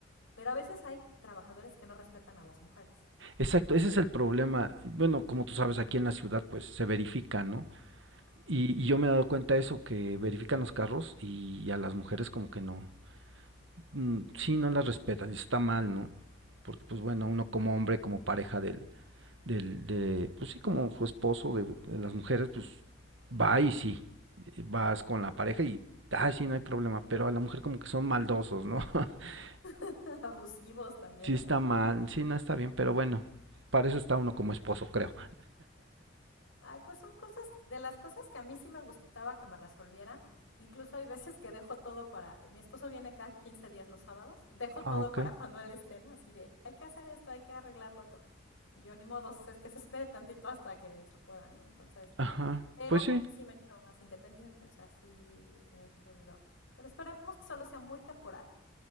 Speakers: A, on the left (about 85°); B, on the right (about 70°).
A: Pero a veces hay trabajadores que no respetan a las mujeres,
B: Exacto,
A: entonces
B: ese es el problema. Bueno, como tú sabes, aquí en la ciudad pues se verifica, ¿no? Y, y yo me he dado cuenta de eso, que verifican los carros y, y a las mujeres como que no. mm, Sí, no las respetan, y está mal, ¿no? Porque pues bueno, uno como hombre, como pareja del, del, de, pues sí, como su esposo de, de las mujeres, pues va y sí, vas con la pareja y, ah, sí, no hay problema, pero a la mujer como que son maldosos, ¿no? <laughs>
A: <laughs> abusivos también
B: sí
A: de
B: está
A: repente.
B: mal, sí, no está bien, pero bueno, para eso está uno como esposo, creo.
A: Ay, pues son cosas, de las cosas que a mí sí me gustaba que me resolvieran. Incluso hay veces que dejo todo para, mi esposo viene cada 15 días los sábados, dejo
B: <laughs>
A: todo
B: ah, ok.
A: para cuando él esté, ¿no? Así de, hay que hacer esto, hay que arreglar lo otro. Y yo ni modo, es que se espere tantito hasta que se pueda, ¿no? Entonces,
B: Ajá.
A: pero
B: Pues sí,
A: sí me he hecho más independiente, o sea, sí he podido. Pero esperemos que solo sea muy temporal